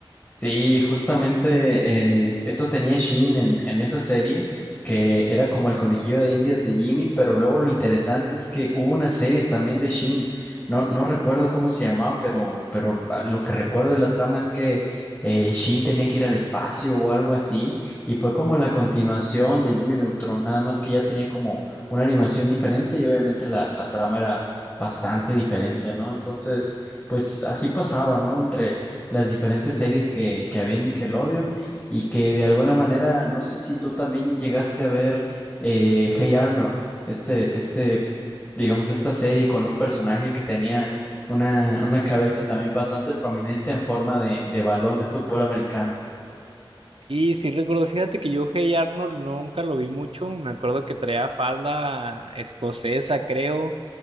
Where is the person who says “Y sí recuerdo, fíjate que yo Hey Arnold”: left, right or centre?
Right